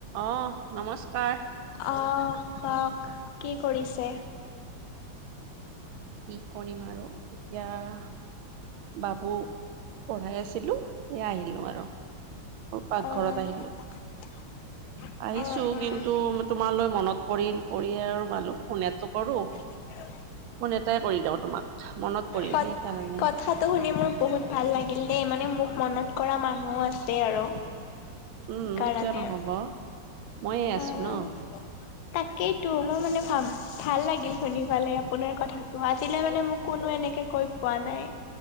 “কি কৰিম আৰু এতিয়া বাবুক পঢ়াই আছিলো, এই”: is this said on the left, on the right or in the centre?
Right